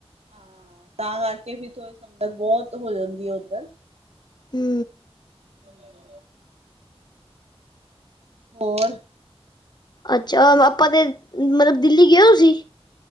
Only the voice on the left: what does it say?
ਹੂੰ।
ਅੱਛਾ, ਆਪਾਂ ਤੇ ਮਲਬ ਦਿੱਲੀ ਗਏ ਹੋ ਤੁਸੀਂ।